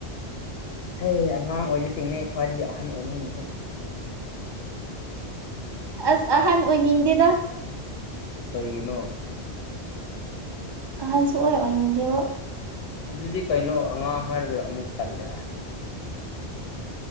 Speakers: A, on the left; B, on the right.
A: ꯍꯩ ꯑꯉꯥꯡ ꯑꯣꯏꯕꯁꯤꯡꯅꯦ ꯈ꯭ꯋꯥꯏꯗꯒꯤ ꯑꯍꯟ ꯑꯣꯏꯅꯤꯡꯉꯤꯁꯦ
B: ꯑ꯭ꯁ ꯑꯍꯟ ꯑꯣꯏꯅꯤꯡꯗꯦꯗ
A: ꯀꯩꯒꯤꯅꯣ
B: ꯑꯍꯟ ꯁꯨꯡ ꯑꯣꯏ ꯑꯣꯏꯅꯤꯡꯗꯦꯕꯣ
A: ꯑꯗꯨꯗꯤ ꯀꯩꯅꯣ ꯑꯉꯥꯡ ꯍꯥꯏꯔꯒ ꯑꯃꯨꯛ ꯇꯜꯂꯦ ꯍꯥꯏ